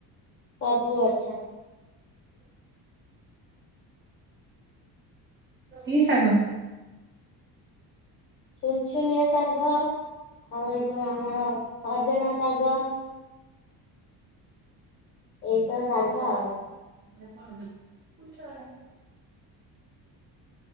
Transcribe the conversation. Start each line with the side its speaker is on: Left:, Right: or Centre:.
Left: ସବୁ ଗଛ।
Right: କି ସାାଗ?
Left: ଛୁନଛୁନିଆ ଶାଗ ଆଉ ଏଇ ଯୋଉ ଆମର ସଜନା ଶାଗ। ଏ ସବୁ ଶାଗ ଆଉ।
Right: <inaudible>